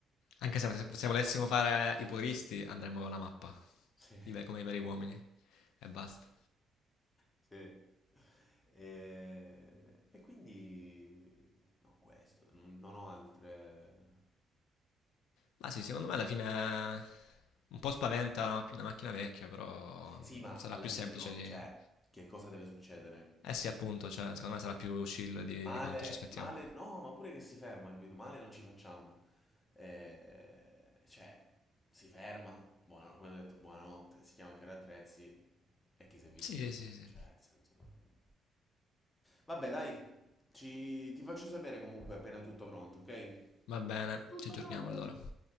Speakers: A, on the left; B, on the left.
A: Anche se, se volessimo fare i puristi, andremmo con la mappa.
B: Sì.
A: I ve- Come i veri uomini. E basta.
B: Sì. E, e quindi no, questo, non, non ho altre.
A: Ma sì, secondo me alla fine un po' spaventa la, la macchina vecchia, però
B: Sì,
A: mh,
B: ma
A: sarà
B: alla
A: più
B: fine
A: semplice
B: no,
A: di...
B: cioè, che cosa deve succedere?
A: Eh sì, appunto, cioè, secondo me sarà più chill di,
B: Male,
A: di quanto ci aspettiamo.
B: male, no, ma pure che si ferma, capito? Male non ci facciamo. Eh, cioè, si ferma, buona- come ho detto, buonanotte, si chiama Carri Attrezzi e chi si è visto
A: Sì,
B: si è visto,
A: sì, sì.
B: cioè, nel senso... Vabbè, dai, ci- ti faccio sapere comunque appena è tutto pronto, ok?
A: Va bene,
B: Tutto
A: ci aggiorniamo
B: pronto.
A: allora.